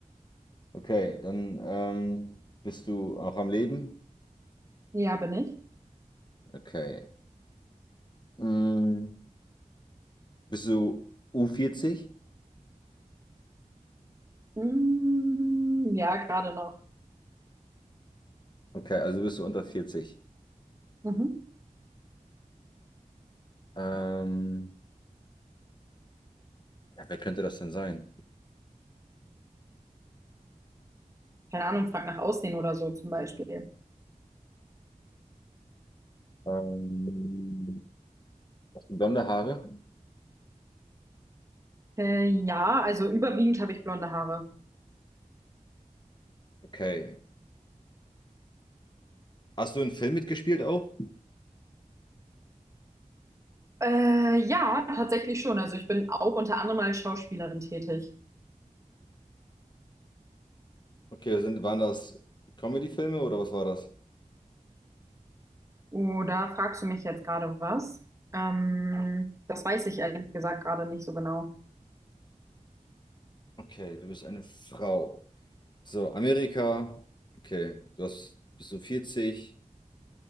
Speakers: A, on the left; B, on the right.
A: Okay, dann ähm, bist du auch am Leben?
B: Ja, bin ich.
A: Okay. Mm, bist du U40?
B: Mm, ja, gerade noch.
A: Okay, also bist du unter 40.
B: Mhm.
A: Ähm, ja, wer könnte das denn sein?
B: Keine Ahnung, frag nach Aussehen oder so zum Beispiel.
A: Ähm, hast du blonde Haare?
B: Äh, ja, also überwiegend habe ich blonde Haare.
A: Okay. Hast du einen Film mitgespielt auch?
B: Äh, ja, tatsächlich schon. Also ich bin auch unter anderem als Schauspielerin tätig.
A: Okay, sind, waren das Comedy-Filme oder was war das?
B: Oder fragst du mich jetzt gerade was? Ähm, das weiß ich ehrlich gesagt gerade nicht so genau.
A: Okay, du bist eine Frau. So, Amerika. Okay, du hast, bist du 40?